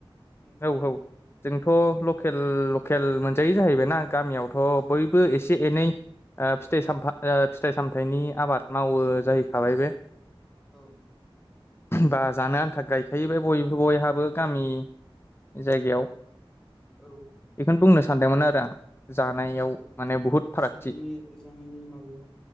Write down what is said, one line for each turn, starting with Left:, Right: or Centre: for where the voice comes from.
Centre: उम
Left: औ औ जों थ' लकेल लकेल मोनजायो जाहैबायनाा गामियावथ'
Centre: औ
Left: बयबो एसे एनै ओ फिथाइ साम फिथाइ सामथाइनि आबाद मावो जाहैखाबाय बे
Centre: औ
Left: बा जानो आन्था गायखायोबाय बयबो बयहाबो गामि जायगायाव
Centre: औ
Left: बेखौनो बुंनो सानदोंमोन आरो आं जानायाव
Centre: आतसा
Left: माने बुहुद फारागथि
Centre: जानायनि जानायनि माबायाव